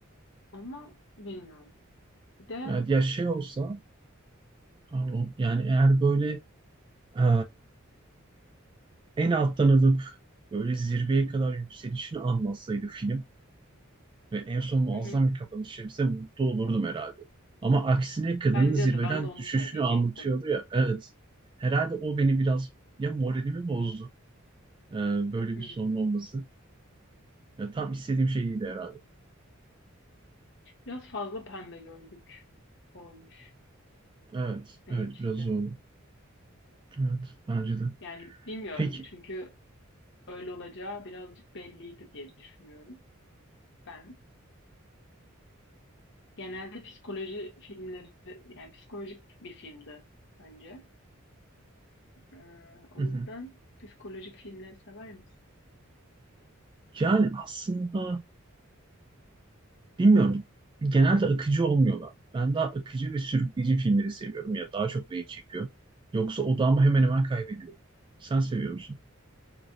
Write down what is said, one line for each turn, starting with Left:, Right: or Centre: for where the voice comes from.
Left: ama bilmiyorum. Bir de
Right: Yani ya şey olsa pardon, yani eğer böyle e, en alttan alıp böyle zirveye kadar yükselişini anlatsaydı film ve en son muazzam
Left: hı hı,
Right: bir kapanış yapsa mutlu olurdum herhalde. Ama aksine kadının
Left: bence
Right: zirveden
Left: de ben de onu
Right: düşüşünü
Left: söyleyecektim.
Right: anlatıyordu ya. Evet. Herhalde o beni biraz ya moralimi bozdu. e, böyle
Left: Hı.
Right: bir sonun olması. Ya tam istediğim şey değildi herhalde.
Left: Biraz fazla pembe gözlük olmuş
Right: Evet.
Left: benimkisi.
Right: Evet. Biraz zor. Evet. Bence de.
Left: Yani bilmiyorum
Right: Peki.
Left: çünkü öyle olacağı birazcık belliydi diye düşünüyorum ben. Genelde psikoloji filmleri, yani psikolojik bir filmdi bence. Ee, o
Right: Hı
Left: yüzden
Right: hı.
Left: psikolojik filmleri sever misin?
Right: Yani aslında bilmiyorum. Genelde akıcı olmuyorlar. Ben daha akıcı ve sürükleyici filmleri seviyorum ya. Daha çok beni çekiyor. Yoksa odağımı hemen hemen kaybediyorum. Sen seviyor musun?